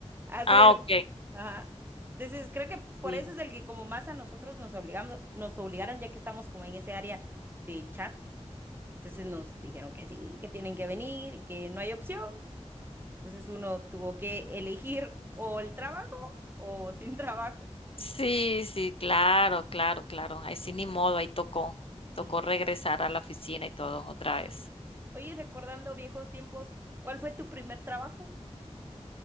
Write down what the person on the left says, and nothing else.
ah, okey,
sí.
Sí, sí, claro, claro, claro. Ahí sí ni modo, ahí tocó,
tocó regresar a la oficina y todo otra vez.